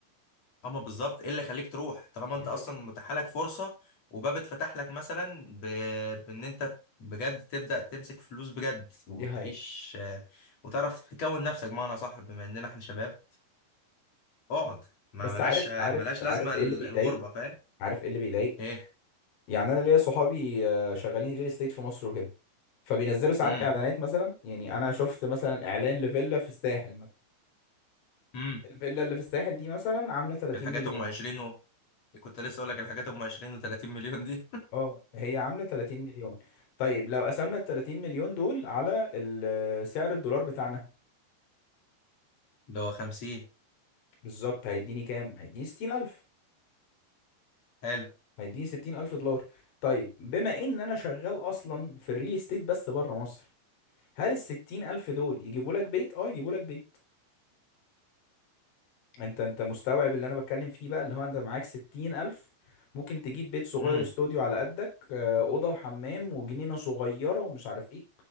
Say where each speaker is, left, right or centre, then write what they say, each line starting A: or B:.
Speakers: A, on the left; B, on the left.
A: اما بالظبط ايه اللي خليك تروح طالما
B: دي
A: انت
B: حقيقة
A: اصلا متاح لك فرصه وباب اتفتح لك مثلا ب... بان انت بجد تبدا تمسك فلوس بجد
B: دي
A: وتعيش
B: حقيقة
A: آه، وتعرف تكون نفسك بمعنى صح بما اننا احنا شباب فاقعد ما
B: بس
A: ملاش
B: عارف
A: آه،
B: عارف
A: ملاش
B: عارف
A: لازمه ال-
B: ايه اللي بيضايق
A: الغربه فاهم
B: عارف ايه اللي بيضايق
A: ايه
B: يعني انا ليا صحابي آه، شغالين ريل استيت في مصر وكده فبينزلوا ساعات
A: امم
B: اعلانات مثلا يعني انا شفت مثلا اعلان لفيلا في الساحل مثلا
A: امم
B: الفيلا اللي في الساحل دي مثلا عامله 30
A: الحاجات
B: مليون
A: ام 20 و... كنت لسه اقول لك الحاجات ام 20 و30 مليون دي
B: اه هي عامله 30 مليون طيب لو قسمنا ال 30 مليون دول على ال- سعر الدولار بتاعنا
A: <laughs> اللي هو 50
B: بالظبط هيديني كام هيديني 60000
A: حلو
B: هيديني 60000 دولار طيب بما ان انا شغال اصلا في الريل استيت بس بره مصر هل ال 60000 دول يجيبوا لك بيت اه يجيبوا لك بيت انت انت مستوعب اللي انا بتكلم فيه بقى اللي هو انت معاك ستين الف ممكن تجيب بيت صغير
A: امم
B: استوديو على قدك آه، اوضه وحمام وجنينه صغيره ومش عارف ايه